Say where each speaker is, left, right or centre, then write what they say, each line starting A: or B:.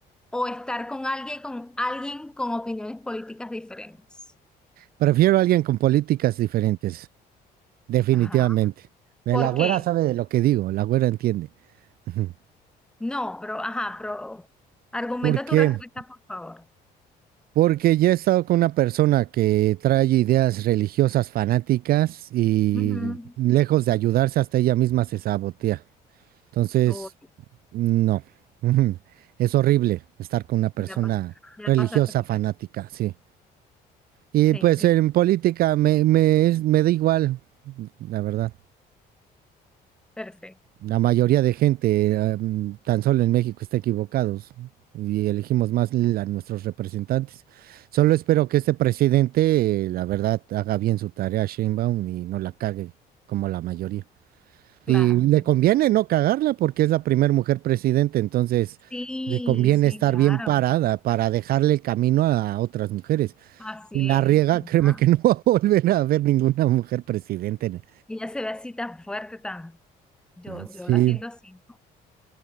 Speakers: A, in the centre; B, on the right.
A: o estar con alguien con alguien con opiniones políticas diferentes?
B: Prefiero a alguien con políticas diferentes, definitivamente.
A: Ajá.
B: Eh,
A: ¿Por
B: La güera
A: qué?
B: sabe de lo que digo, la güera entiende. <laughs> Ujú.
A: No, pero, ajá, pero argumenta
B: ¿Por qué?
A: tu respuesta, por favor.
B: Porque ya he estado con una persona que trae ideas religiosas fanáticas y
A: Ujú.
B: lejos de ayudarse, hasta ella misma se sabotea. Entonces,
A: Oh,
B: no. <laughs> Es horrible estar con una persona
A: ya pas- ya
B: religiosa
A: pasaste por
B: fanática,
A: eso.
B: sí. Y
A: Sí,
B: pues
A: claro.
B: en política me, me, es- me da igual, la verdad.
A: Perfecto.
B: La mayoría de gente, eh, mm, tan solo en México, está equivocados y elegimos más l- a nuestros representantes. Solo espero que este presidente, eh, la verdad, haga bien su tarea, Sheinbaum, y no la cague como la mayoría.
A: Claro.
B: Y le
A: claro.
B: conviene no cagarla porque es la primera mujer presidente, entonces
A: Sí,
B: le conviene
A: sí,
B: estar
A: claro.
B: bien parada para dejarle el camino a otras mujeres.
A: Así
B: Si la
A: es.
B: riega, <laughs> créeme
A: ajá.
B: que no <laughs> va a volver a ver ninguna mujer presidente.
A: Ella se ve así tan fuerte, tan... Yo,
B: Sí,
A: yo la siento así, ¿no?